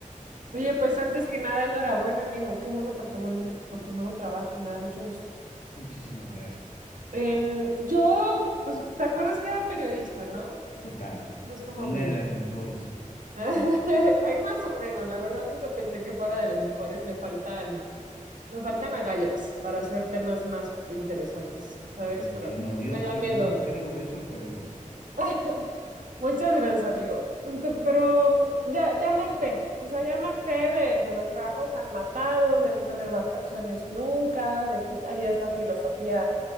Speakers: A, on the right; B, on the left.
A: Oye, pues antes que nada, enhorabuena, amigo. Qué bueno por tu, buen- por tu nuevo trabajo, me da mucho gusto.
B: Muchísimas gracias.
A: En, yo, pues, ¿te acuerdas que era periodista, no?
B: Total,
A: Bueno, Eso es como
B: una
A: mi...
B: de las mejores.
A: <laughs> Hay más o menos, la verdad nunca pensé que fuera de los mejores. Me faltan, me faltan agallas para hacer temas más interesantes, ¿sabes?
B: Ok,
A: Pero
B: no, yo
A: me
B: no,
A: da
B: cre-
A: miedo.
B: yo no creo eso, pero bueno,
A: <laughs> Muchas gracias, amigo. Ent- Pero mm, ya, ya me harté, o sea, ya me harté de, de los trabajos tan matados, de no tener vacaciones nunca, de que haya esta filosofía